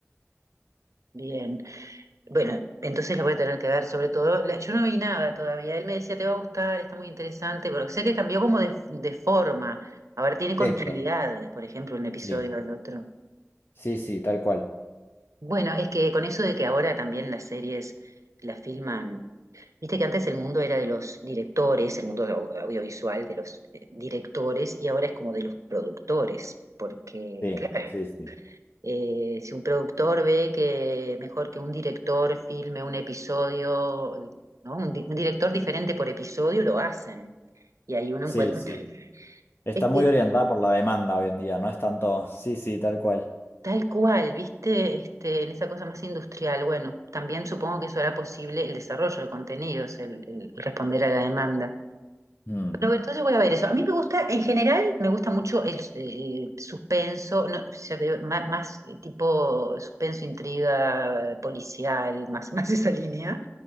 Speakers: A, on the right; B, on the left.
A: bien. Bueno, entonces la voy a tener que ver, sobre todo, la- yo no vi nada todavía. Él me decía, te va a gustar, está muy interesante, pero sé que cambió como de, de forma. Ahora tiene continuidad,
B: Eso,
A: por ejemplo, un episodio
B: sí.
A: al otro.
B: Sí, sí, tal cual.
A: Bueno, es que con eso de que ahora también las series las filman, viste que antes el mundo era de los directores, el mundo au- audiovisual de los eh, directores y ahora es como de los productores, porque
B: Sí,
A: Claro.
B: sí, sí.
A: eh, si un productor ve que es mejor que un director filme un episodio, ¿no? Un, di- un director diferente por episodio, lo hacen. Y ahí uno
B: Sí,
A: encuentra...
B: sí.
A: <laughs>
B: Está
A: Sí.
B: muy orientada por la demanda hoy en día, no es tanto. Sí, sí, tal cual.
A: Tal cual, viste, este, en esa cosa más industrial. Bueno, también supongo que eso hará posible el desarrollo de contenidos, el, el responder a la demanda.
B: Mm.
A: Pero entonces voy a ver eso. A mí me gusta, en general, me gusta mucho el eh, suspenso, no, ya te digo, má- más, eh, tipo suspenso, intriga, eh, policial, más, <laughs> más esa línea.